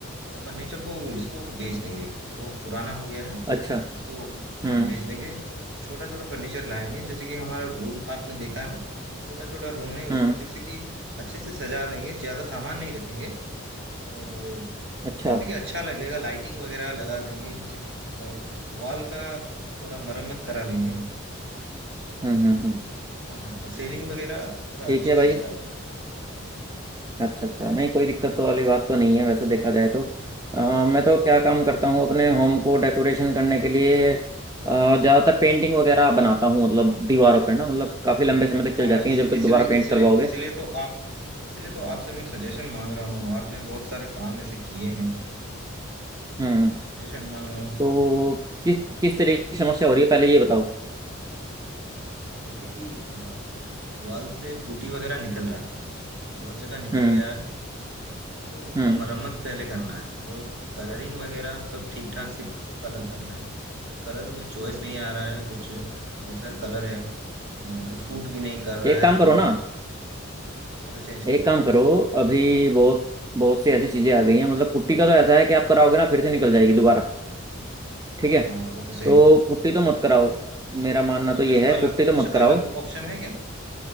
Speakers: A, on the right; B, on the right.
A: वो फर्नीचर को इसको बेच देंगे वो बहुत पुराना हो गया है
B: अच्छा
A: इसको हाँ
B: हम्म
A: बेच देंगे और छोटा छोटा फर्नीचर लाएंगे जैसे कि हमारा रूम आपने देखा है ना छोटा छोटा रूम है उसको
B: हम्म
A: जैसे कि अच्छे से सजा देंगे ज्यादा सामान नहीं रखेंगे और
B: अच्छा
A: अ, जैसे कि अच्छा लगेगा लाइटिंग वगैरह लगा देंगे जैसे कि वॉल का थोड़ा मरम्मत करा लेंगे
B: हम्म हम्म हम्म
A: हाँ सीलिंग वगैरह थोड़ा
B: ठीक
A: अच्छे
B: है
A: से
B: भाई
A: सजा देंगे
B: अच्छा अच्छा नहीं कोई दिक्कत तो वाली बात तो नहीं है वैसे देखा जाए तो अ, मैं तो क्या काम करता हूँ अपने होम को डेकोरेशन करने के लिए अ, ज्यादातर पेंटिंग वगैरह बनाता हूँ मतलब दीवारों पर ना मतलब काफी लंबे समय
A: हाँ
B: तक चल जाती
A: इस,
B: है जब
A: इसलिए
B: तक दोबारा पेंट
A: इसलिए
B: करवाओगे
A: इसलिए तो आप इसलिए तो आपसे मैं सजेशन मांग रहा हूँ आपने बहुत सारे काम ऐसे किए हैं तो
B: हम्म
A: सजेशन मांग रहा हूँ
B: तो किस किस तरीके की समस्या हो रही है पहले ये बताओ
A: जैसे कि अ, वॉल से पुटी वगैरह निकल रहा है बहुत जगह निकल
B: हम्म
A: गया है तो उसको
B: हम्म
A: मरम्मत पहले करना है और कलरिंग वगैरह सब ठीक ठाक से कलर करना है कलर मुझे चॉइस नहीं आ रहा है कुछ ऐसा कलर है अ, जो सूट भी नहीं कर रहा
B: एक
A: है
B: काम
A: रूम
B: करो
A: में
B: ना
A: हाँ कलर चेंज
B: एक
A: करना
B: काम
A: है मुझे
B: करो अभी बहुत बहुत सी ऐसी चीजें आ गई हैं मतलब पुट्टी का तो ऐसा है कि आप कराओगे ना फिर से निकल जाएगी दोबारा
A: हाँ
B: ठीक है
A: हाँ वो तो सही
B: तो
A: है
B: पुट्टी तो मत कराओ मेरा मानना
A: कुछ
B: तो ये है
A: अलग
B: पुट्टी तो
A: कुछ
B: मत कराओ
A: अलग ऑप्शन है क्या